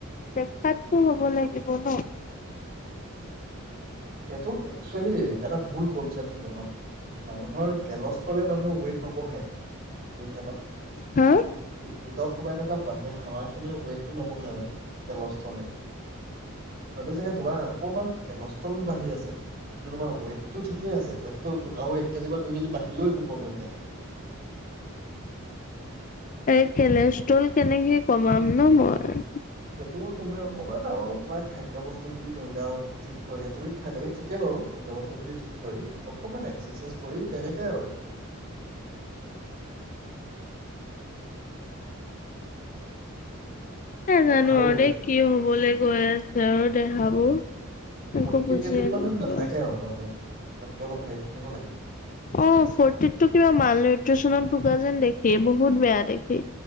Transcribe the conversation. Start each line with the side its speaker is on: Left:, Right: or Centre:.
Left: দেখাতটো হব লাগিব ন',
Right: সেইটো একচুৱেলি, এটা ভুল কনচেপ্ট মানুহৰ মানুহৰ কেলষ্টলে মানুহৰ ৱেইট নবহে বুজিছা ন',
Left: হা
Right: ভিতৰত সোমাই থকা সেই হাৱা-খালে খিনিৰ ৱেইটটো নবহাই মানে কেলস্থলে। হয়টো চাগে তোমাৰ অকমান, কেল বাঢ়ি আছে কিন্তু তোমাৰ ৱেইটটো ঠিকেই আছে ৱেটটো আৰু এক কেজি বা দুই কেজি বাঢ়িলেও একো প্ৰব্লেম নাই
Left: এই কেলেষ্ট্ৰল কেনেকে কমাম ন মই?
Right: সেইটো তুমি অকমান আৰু তোমাৰ খাদ্য বস্তু খিনি ধৰি লোৱা ঠিক কৰি তুমি খাদ্য ঠিকেই বাৰু খাদ্য বস্তু খিনি ঠিক কৰি অকমান এক্সাৰচাইজ কৰি তেনেকেই আৰু
Left: নে জানো
Right: অভাৰ
Left: আৰু
Right: ৱেট
Left: দেই কি হ'বলৈ গৈ আছে আৰু দেহাবোৰ
Right: ফৰ্টি
Left: একো বুজিয়ে
Right: কেজিত মানত
Left: নোপোৱা
Right: নাথাকে আৰু মানুহ তাতকে অলপ হেৰি থাকিব লাগে
Left: অহ ফুৰ্তিতটো কিবা মাল নিউট্ৰেচনত ভোগা যেন দেখি বহুত বেয়া দেখি